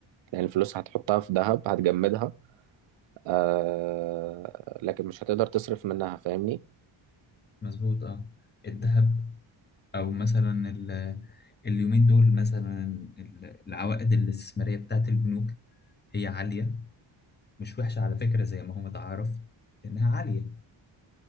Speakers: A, on the right; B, on the left.
A: لان الفلوس هتحطها في ذهب هتجمدها آه لكن مش هتقدر تصرف منها فاهمني
B: مظبوط اه الذهب او مثلا ال- اليومين دول مثلا ال- العوائد الاستثمارية بتاعت البنوك هي عالية مش وحشة على فكرة زي ما هو متعارف انها عالية